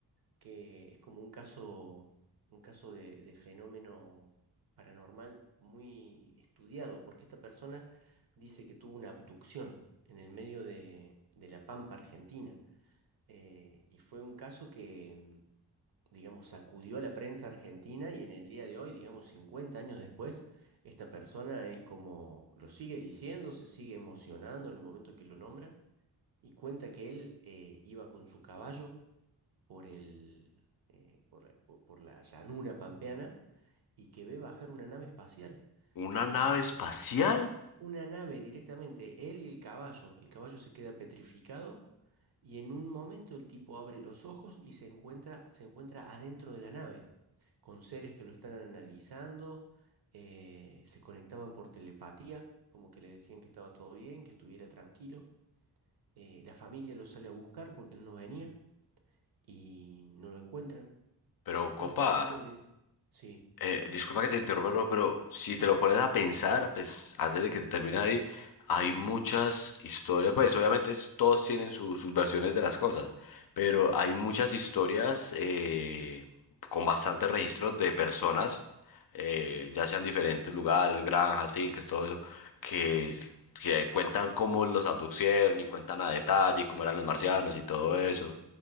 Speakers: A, on the right; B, on the left.
A: que es como un caso, un caso de, de fenómeno paranormal muy estudiado, porque esta persona dice que tuvo una abducción en el medio de, de la Pampa Argentina, eh, y fue un caso que, mm, digamos, sacudió a la prensa argentina y en el día de hoy, digamos, 50 años después, esta persona es como, lo sigue diciendo, se sigue emocionando en el momento que lo nombra. Y cuenta que él eh, iba con su caballo por el, eh, por, por- por la llanura pampeana y que ve bajar una nave espacial.
B: ¿Una
A: Eh,
B: nave espacial?
A: una nave directamente, él y el caballo. El caballo se queda petrificado y en un momento el tipo abre los ojos y se encuentra, se encuentra adentro de la nave, con seres que lo están analizando, eh, se conectaban por telepatía, como que le decían que estaba todo bien, que estuviera tranquilo. Eh, la familia lo sale a buscar porque él no venía y no lo encuentran.
B: Pero,
A: Y después
B: compa,
A: el tipo de... Sí,
B: eh, disculpa que te interrumpa, bro, pero si te lo pones a pensar, pues antes de que te termine ahí, hay muchas historias, pues obviamente es- todos tienen su- sus versiones de las cosas, pero hay muchas historias eh, con bastantes registros de personas eh, ya sean diferentes lugares, granjas, fincas, todo eso, que, que cuentan cómo los abducieron y cuentan a detalle cómo eran los marcianos y todo eso.